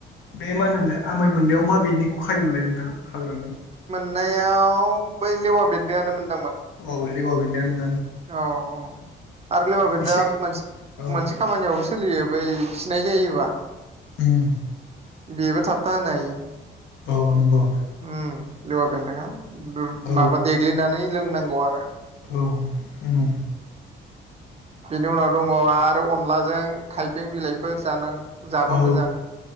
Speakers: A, on the left; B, on the right.
A: बे मा होनोमोनलाय आमाय मोननायाव मा बेन्दोंखौ खायोमोनलाय नोंथां हाग्रानि?
B: नायाव बै लेवा बेन्दोंआनोमोन
A: अ लेवा बेन्दोंआनो
B: औ औ आरो लेवा बेन्दोंआ
A: एसे
B: मोनसे
A: औ
B: मोनसे खामानियावबो सोलियो बै खिनाय जायोबा
A: उम
B: बेबो थाबथा होनो हायो
A: औ नंगौ
B: उम लेवा बेन्दों आ
A: औ
B: माबा देग्लिनानै लोंनांगौ आरो
A: औ उम उम
B: बेनि उनाव दङ आरो आरो अनलाजों थायबें बिलाइफोर जान जाबा
A: औ
B: मोजां